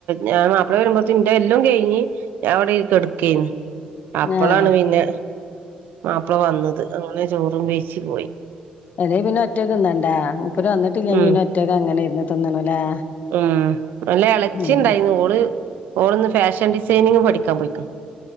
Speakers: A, on the right; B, on the left.
A: ഞാൻ അപ്പള വരുമ്പോ ന്റെ എല്ലാം കഴിഞ്ഞ് ഞാൻ ഇവിടെ കിടക്കന് അപ്പളാണ്
B: ആഹ്
A: പിന്നെ മാപ്പള വന്നത് അങ്ങനെ ചോറും വേയ്ച്ച് പോയി
B: എതേ പിന്ന ഒറ്റയ്ക്ക് തിന്നാണ്ടാ മൂപ്പർ വന്നിട്ടില്ലെങ്കി
A: ഉം
B: പിന്നെ ഒറ്റക്ക് അങ്ങനെ ഇരുന്ന് തിന്നണല്ലേ
A: ഉം അല്ല ഇളച്ചി
B: ഉം
A: ഉണ്ടായിന്ന് ഓള് ഓളന്ന് ഫാഷൻ ഡിസൈനിങ് പഠിക്കാൻ പോയിക്കുന്നു